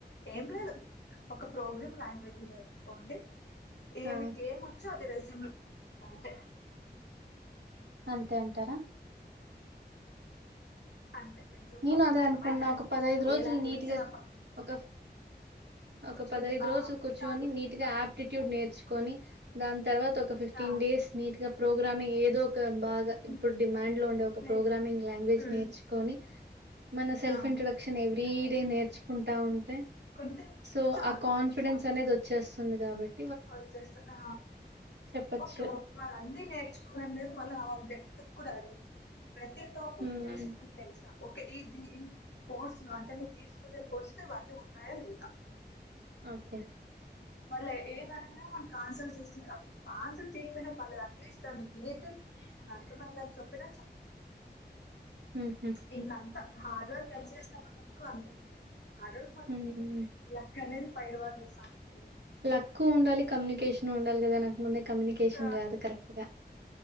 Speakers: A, on the left (about 80°); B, on the right (about 80°).
A: ఏం లేదు ఒక ప్రోగ్రామ్ లాంగ్వేజ్ నేర్చుకోండి ఇగ
B: ఆ
A: మీకు ఏమి వచ్చో అది రెజ్యమ్ లో అంటే
B: అంతే అంటారా
A: అంతే రెజ్యూమ్
B: నేను
A: లో ఒక
B: అదే
A: లాంగ్వేజ్
B: అనుకున్నా
A: యాడ్
B: ఒక
A: చేయి
B: పదైదు రోజులు
A: ఏ లాంగ్వేజ్
B: నీట్గా
A: వస్తదో అప్ప
B: ఒక ఒక
A: కూర్చుంటే
B: పదైదు
A: ఆ
B: రోజులు కూర్చొని
A: చాలు
B: నీట్ గా ఆప్టిట్యూడ్ నేర్చుకో కోని దాని తర్వాత ఒక ఫిఫ్టీన్
A: ఆ
B: డేస్ నీట్ గా ప్రోగ్రామింగ్ ఏదో బాగా
A: ఉమ్
B: ఇప్పుడు డిమాండ్ లో ఉండే ఒక
A: నేర్చు
B: ప్రోగ్రామింగ్ లాంగ్వేజ్
A: ఉమ్
B: నేర్చుకొని మన సెల్ఫ్
A: ఆ
B: ఇంట్రొడక్షన్ ఎవ్రీ డే నేర్చుకుంటా ఉంటె
A: కుంటే
B: సో
A: చాలు
B: ఆ కాన్ఫిడెన్స్ అనేది వచ్చేస్తుంది కాబట్టి
A: వచ్చేస్తాన్న
B: చెప్పచ్చు.
A: ఓకేఓ అన్ని నేర్చుకోవాలనేది మళ్ళ వాళ్ళ <unintelligible> కూడా ప్రతి టాపిక్
B: హ్మ్.
A: బేసిక్ మీకు తెలుసా ఓకే ఈ ద ఈ కోర్సు ను అంటే నువ్వు తీసుకునే కోర్సులో ఇవన్నీ ఉన్నాయా లేదా
B: ఓకే
A: మళ్ళ ఏదన్న అన్సర్ చేస్తుంది ఆన్సర్ చేయకపోయినా పర్లేదు అట్లీస్ట్ అది రిలేటెడ్ అర్థమయ్యేలా చెప్పిన
B: మ్ హు
A: ఇంకంత హార్డ్ వర్క్ ఎంత చేసినా కుడా తక్కువ అంతే ఉంటది హార్డ్ వర్క్ మనం
B: హ్మ్.
A: చేద్దాం లక్కనే పైన <unintelligible>
B: లక్ ఉండాలి కమ్యూనికేషన్ ఉండాలి కదా నాకు ముందే కమ్యూనికేషన్
A: క
B: రాదు కరెక్ట్‌గా.